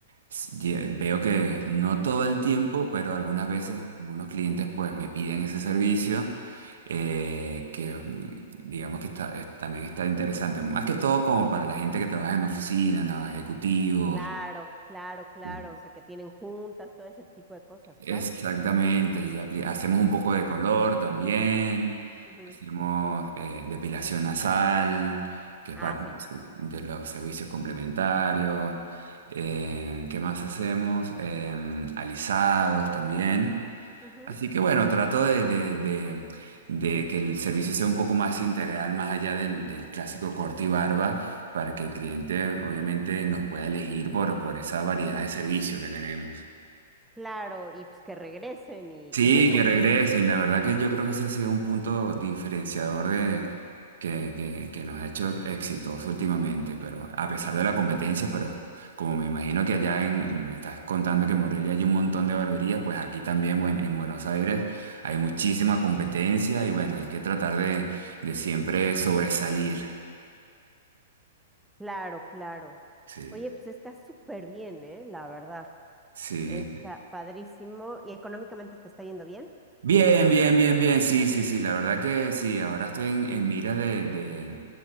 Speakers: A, on the right; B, in the centre.
A: s- ye- veo que no todo el tiempo, pero algunas veces
B: ujú.
A: algunos clientes pues me piden ese servicio eh, que digamos que está, eh, también está interesante, más que todo como para la gente que trabaja en oficinas, los ejecutivos,
B: Claro, claro, claro.
A: Mm.
B: O sea, que tienen juntas, todo ese tipo de cosas,
A: exactamente,
B: claro.
A: y apli- hacemos un poco de color también,
B: Ujú.
A: hacemos eh, depilación nasal, que es
B: Ah,
A: parte
B: sí.
A: de los ser- de los servicios complementarios, eh, ¿qué más hacemos? Em, alisados también.
B: Ujú.
A: Así que bueno, trato de, de- de- de que el servicio sea un poco más integral, más allá del, del clásico corte y barba, para que el cliente obviamente nos pueda elegir por, por esa variedad de servicio que tenemos.
B: Claro, y pues que regresen y,
A: Sí,
B: y recomienden.
A: que regresen. La verdad que yo creo que ese ha sido un punto diferenciador de, que, que, que nos ha hecho exitosos últimamente, pero a pesar de la competencia, pero como me imagino que allá en, me estás contando que en Morelia hay un montón de barberías, pues aquí también buen- en Buenos Aires hay muchísima competencia y bueno, hay que tratar de, de siempre sobresalir.
B: Claro, claro.
A: Sí,
B: Oye, pues está súper bien, ¿eh? La verdad.
A: sí.
B: Está padrísimo. ¿Y económicamente te está yendo bien?
A: Bien, bien, bien, bien, sí, sí, sí, la verdad que sí, ahora estoy en, en miras de, de,